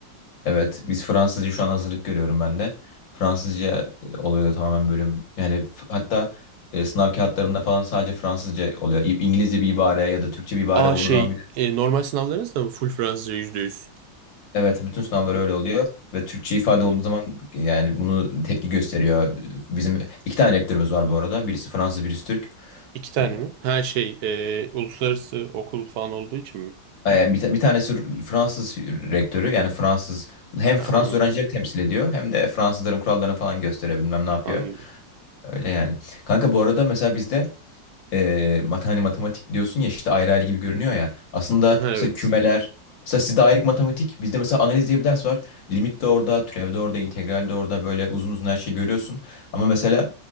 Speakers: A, on the left (about 85°); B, on the right (about 70°).
A: Evet, biz Fransızca şu an hazırlık görüyorum ben de. Fransızca e, oluyor tamamen bölüm. Yani f- hatta e, sınav kağıtlarında falan sadece Fransızca oluyor. İ- İngilizce bir ibare ya da Türkçe bir ibare
B: Aa
A: olduğu
B: şey
A: zaman bile
B: e, normal sınavlarınız da mı full Fransızca %100?
A: evet bütün sınavlar öyle oluyor ve Türkçe ifade olduğu zaman e, yani bunu tepki gösteriyor. Bizim iki tane rektörümüz var bu arada. Birisi Fransız, birisi Türk.
B: İki tane
A: E,
B: mi? Ha şey e, uluslararası okul falan olduğu için mi?
A: yani bir, ta- bir tanesi Fransız rektörü yani Fransız hem Fransız
B: Ha, anladım.
A: öğrencileri temsil ediyor hem de Fransızların kurallarını falan gösteriyor bilmem ne yapıyor.
B: Anladım.
A: Öyle yani. Kanka bu arada mesela bizde e, mat- hani matematik diyorsun ya işte ayrı ayrı gibi görünüyor ya. Aslında
B: Ha evet.
A: mesela kümeler mesela sizde ayrık matematik bizde mesela analiz diye bir ders var. Limit de orada, türev de orada, integral de orada böyle uzun uzun her şeyi görüyorsun. Ama mesela